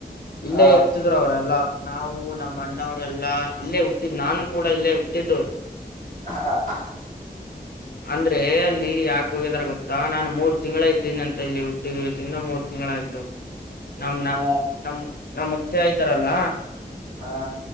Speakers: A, on the left; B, on the right.
A: ಇಲ್ಲೆ
B: ಹ
A: ಇರ್ತಿದ್ರು ಅವರೆಲ್ಲ. ನಾವು ನಮ್ಮ ಅಣ್ಣವರೆಲ್ಲಾ ಇಲ್ಲೇ ಹುಟ್ಟಿದ್ ನಾನು ಕೂಡ ಇಲ್ಲೇ ಹುಟ್ಟಿದ್ದು
B: ಅಹಾ ಅ ಅಹ್
A: ಅಂದ್ರೆ ಅಲ್ಲಿ ಯಾಕ ಹೋಗಿದಾರ ಗೊತ್ತಾ ನಾನು ಮೂರ್ ತಿಂಗಳ ಇದ್ದೀನಿ ಅಂತ ಇಲ್ಲಿ ಹುಟ್ಟಿದಿವಸಿಂದ ಮೂರ್ ತಿ ನಳಾಯ್ತು ನಮ ನ
B: ಹ
A: ನಮ್ ನಮ್ಮ ಮುತ್ಯಾ ಇದ್ದರಲ್ಲ
B: ಹ